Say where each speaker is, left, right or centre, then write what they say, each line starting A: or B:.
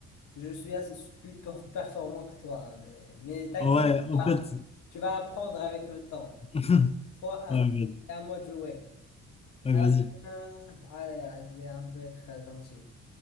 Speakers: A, on the left; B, on the left.
A: je suis assez- plus per- performant que toi. hein, Mais, mais t'inquiète
B: Ouais, en
A: pas,
B: fait,
A: tu vas apprendre avec le temps.
B: <laughs>
A: Trois un.
B: ouais, mais-
A: c'est à moi de jouer.
B: ouais,
A: Un,
B: vas-y.
A: un. allez, allez, je vais un peu être euh, gentil.